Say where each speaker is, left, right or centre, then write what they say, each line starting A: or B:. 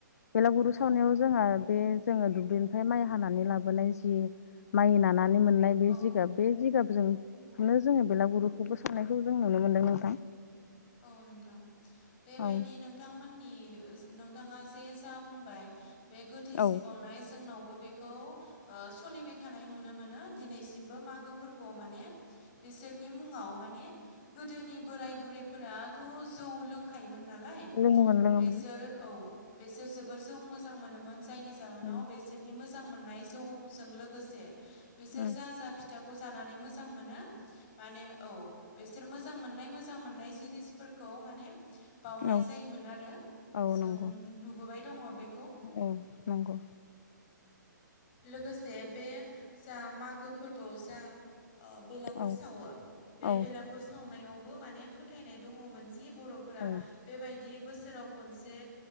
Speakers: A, on the left; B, on the left.
A: बेलागुरु सावनायाव
B: औ
A: जोंहा बे जोङो दुब्लिनिफ्राय माइ हानानै लाबोनाय जि माइ नानानै मोननाय बे
B: औ
A: जिगाब बे जिगाब जोंनो जोङो बेलागुरुखौबो सावनायखौ जों नुनो मोनदों नोंथां
B: औ नोंथां बेबायदि
A: औ
B: नोंथांमोननि नोंथाङा जे जा बुंबाय बे गोथैसि
A: औ
B: बावनाय जोंनावबो बेखौ सोलिबाय थानाय नुनो मोनो दिनैसिमबो मागो फोरबोआव <unintelligible> ने बिसोरनि मुङाव माने गोदोनि बोराइ बुरै फोराथ' जौ लोंखायोमोन नालाय
A: लोङोमोन लोङोमोन
B: बेसोर औ बेसोर जोबोर जौ मोजां मोनोमोन जायनि जाहोनाव
A: उम
B: बेसोरनि मोजां मोननाय जौजों लोगोसे बिसोर
A: उम
B: जा जा फिथाखौ जानानै मोजां मोनो माने औ बिसोर मोजां मोन नाय मोजां मोननाय जिनिसफोरखौ माने बावनाय
A: औ
B: जायोमोन आरो
A: औ
B: जों
A: नंगौ
B: नुबोबाय दङ बे
A: औ नंगौ।
B: लोगोसे बे जा मागो फोरबोआव जा ओ बेलागुर
A: औ
B: सावो बे
A: औ
B: बेलागुर सावनायावबो माने फोथायनाय दङ मोन जि बर'फोरा
A: औ
B: बेबायदि बोसोराव खनसे